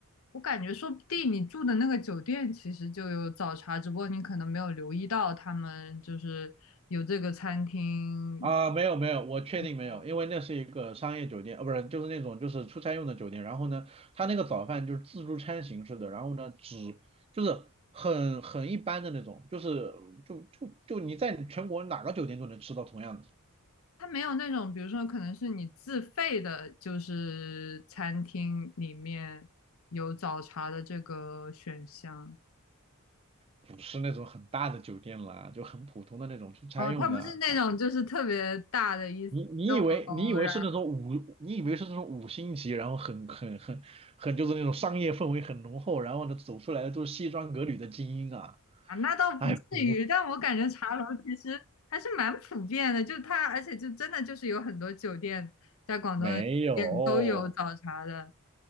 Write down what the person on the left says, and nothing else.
我感觉说不定你住的那个酒店其实就有早茶，只不过你可能没有留意到他们就是有这个餐厅
他
没有那种，比如说可能是你自费的，就是餐厅里面有早茶的这个选项。
哦，他不是那种就是特别大的一栋楼，
然
啊，那倒不至于，
但我感觉茶楼其实还是蛮普遍的，就它，而且就真的就是有很多酒店，在广东的酒店都有早茶的。